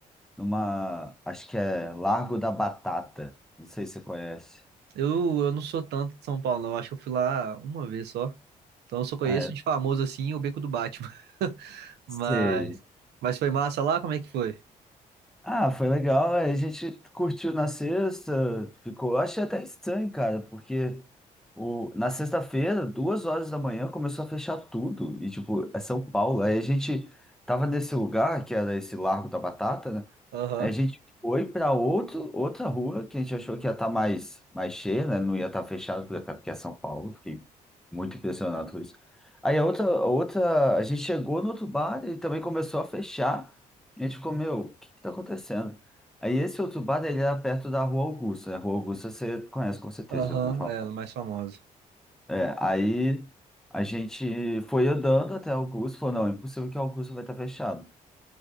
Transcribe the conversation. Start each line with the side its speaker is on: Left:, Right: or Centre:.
Centre: numa, acho que é Largo da Batata. Não sei se você conhece.
Right: Eu, eu não sou tanto de São Paulo, não. Acho que eu fui lá uma vez só. Então eu só conheço
Centre: Ah, é,
Right: de famoso assim o Beco do Batman. <laughs>
Centre: sei.
Right: Mas, mas foi massa lá? Como é que foi?
Centre: Ah, foi legal. é, A gente curtiu na sexta, ficou. Eu achei até estranho, cara, porque o, na sexta-feira, duas horas da manhã, começou a fechar tudo. E, tipo, é São Paulo. Aí a gente tava nesse lugar, que era esse Largo da Batata, né?
Right: Aham,
Centre: A gente foi para outro, outra rua que a gente achou que ia estar mais, mais cheia, né? Não ia estar fechado, porque até porque é São Paulo. Fiquei muito impressionado com isso. Aí a outra, a outra, a gente chegou no outro bar, ele também começou a fechar. E a gente ficou, meu, o que que tá acontecendo? Aí esse outro bar, ele era perto da Rua Augusta, né? Rua Augusta você conhece com certeza,
Right: aham,
Centre: já ouviu falar.
Right: é, ela é mais famosa.
Centre: É, aí a gente foi andando até Augusto, falou, não, é impossível que Augusto vai estar fechado.